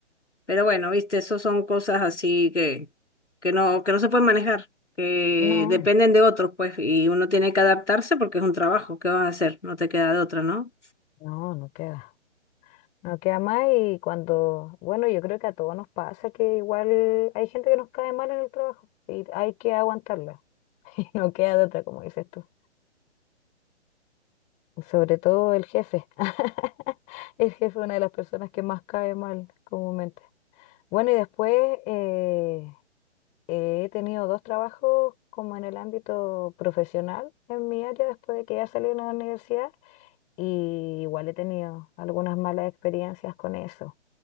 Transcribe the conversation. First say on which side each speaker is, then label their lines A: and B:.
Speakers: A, on the left; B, on the left.
A: Pero bueno, viste, eso son cosas así que, que no, que no se pueden manejar, que
B: No,
A: dependen de otros, pues, y uno tiene que adaptarse porque es un trabajo. ¿Qué vas a hacer? No te queda de otra, ¿no?
B: no, no queda. No queda más y cuando, bueno, yo creo que a todos nos pasa que igual hay gente que nos cae mal en el trabajo y hay que aguantarla <laughs> y no queda de otra, como dices tú. Sobre todo el jefe. <laughs> El jefe es una de las personas que más cae mal comúnmente. Bueno, y después eh, he tenido dos trabajos como en el ámbito profesional en mi área después de que ya salí de la universidad y igual he tenido algunas malas experiencias con eso.